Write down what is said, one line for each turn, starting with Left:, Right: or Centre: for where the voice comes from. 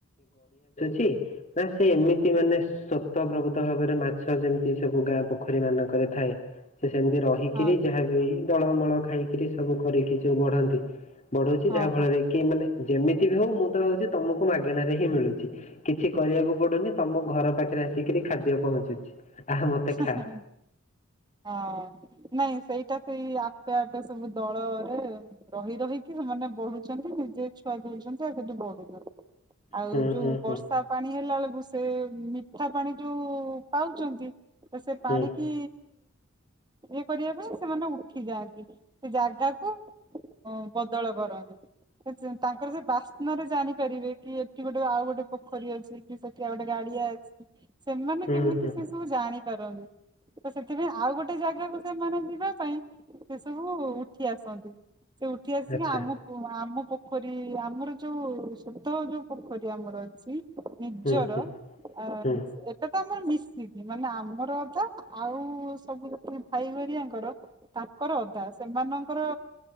Left: ନା ସେ ଏମିତି ମାନେ ସ୍ୱତ ପ୍ରଭୃତ ଭାବରେ ମାଛ ଯେମିତି ସବୁ ଗାଁ ପୋଖରୀ ମାନଙ୍କରେ ଥାଏ ସେ ସେମିତି ରହିକିରି
Right: ହଁ
Left: ଯାହାବ ଦଳମୂଳ ଖାଇକିରି ସବୁ କରିକି ଯୋଉ ବଢନ୍ତି। ବଢଉଛି
Right: ହଁ
Left: ଯାହା ଫଳରେ
Right: ହଁ
Left: କି ମାନେ ଯେମିତି ବି ହଉ ମୁଁ ହଉଛି ତମକୁ ମାଗଣାରେ ହିଁ ମିଳୁଛି କିଛି କରିବାକୁ ପଡୁନି ତମ ଘର ପାଖରେ ଆସିକିରି। ଖାଦ୍ୟ ପହଞ୍ଚୁଛି। ଆହା ମତେ
Right: ସତରେ
Left: ଖା
Right: ହଁ ନାଇଁ। ସେଇଟା ସେଇ ଆପେ ଆପେ ସବୁ ଦଳରେ ରହି ରହିକି ସେମାନେ ବଢୁଛନ୍ତି ନିଜେ ଛୁଆ ଦେଉଛନ୍ତି ଆଉ ସେଠି ବଢୁଛନ୍ତି ଆଉ
Left: ହୁଁ
Right: ଯୋଉ
Left: ହୁଁ ହୁଁ
Right: ବର୍ଷା ପାଣି ହେଲା ବେଳକୁ। ସେ ମିଠା ପାଣି ଯୋଉ ପାଉଛନ୍ତି ତ ସେ ପାଣି
Left: ହୁଁ
Right: କି ଇଏ କରିବା ପାଇଁ ସେମାନେ ଉଠି ଯାଆନ୍ତି ସେ ଜାଗାକୁ। ଓ ବଦଳ କରନ୍ତୁ। ତାଙ୍କର ସେ ବାସ୍ନ ରେ ଜାଣିପାରିବେ କି ଏଠି ଗୋଟେ ଆଉ ଗୋଟେ ପୋଖରୀ ଅଛି କି ସେଠି ଆଉ ଗୋଟେ ଗାଡି ଆ ଅ ସେମାନେ
Left: ହୁଁ
Right: କେମିତି
Left: ହୁଁ
Right: ସେ ସବୁ ଜାଣିପାରନ୍ତି। ତ ସେଥିପାଇଁ ଆଉ ଗୋଟେ ଜାଗାକୁ ସେମାନେ ଯିବା ପାଇଁ ସେ ସବୁ ଉଠି ଆସନ୍ତି। ସେ ଉଠି ଆସିକି
Left: ଆଚ୍ଛା।
Right: ଆମକୁ ଆମ ପ ପୋଖରୀ ଆମର ଯୋଉ ସୁଧ ଯୋଉ ପୋଖରୀ ଆମର ଅଛି। ନିଜର
Left: ହୁଁ ହୁଁ
Right: ଆ
Left: ହୁଁ
Right: ଏଟା ତା ଆମର ମିସ ମାନେ ଆମର ଅଧା ଆଉ ସବୁ ଭାଇଗରିଆଙ୍କର ତାଙ୍କର ଅଧା ସେ ମାନଙ୍କର